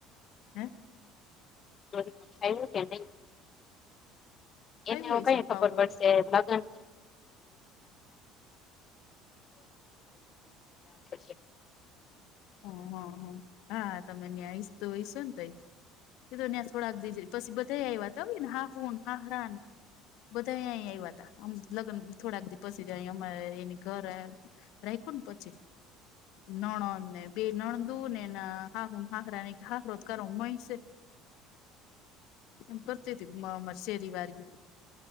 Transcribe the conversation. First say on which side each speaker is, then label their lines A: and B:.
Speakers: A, on the left; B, on the left.
A: હે!
B: જરીક <unintelligible> આયવુ કે ની.
A: આવ્યું
B: એને અવે
A: હશે
B: કઈ
A: ફાવર
B: ખબર પડશે લગન <inaudible> <inaudible> <inaudible>
A: હમ હ હ હા તમે ન્યાયશ તો હોયશો ને તઈ જ. એ તો ન્યાં સોડાક દઈ જ પછી બધા આયવા તા ને હાહુ ને, હહરા ને... બધા અંયા્યાહ તા આમ લગન થોડાક દી પસી જાય અમા એની ઘર રાયખું ને પછી નણને બે નણંદુ નેન અ હાહુ હાખરા ને ખાસ રોજકારો હોંય સે. એમ કરતી તી મ મા શેરી વાારીગું.